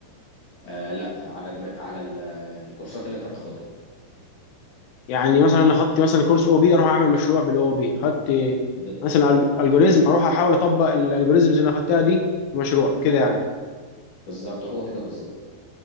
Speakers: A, on the left; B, on the left.
A: آه، لا على الم... على ال- الكورسات اللي انت بتاخدها
B: يعني مثلا انا خدت مثلا كورس او بي اروح اعمل مشروع بالاو بي خدت
A: ب-
B: مثلا ال- الجوريزم اروح احاول اطبق الالجوريزمز اللي انا خدتها دي في مشروع كده يعني
A: بالظبط هو كده بالظبط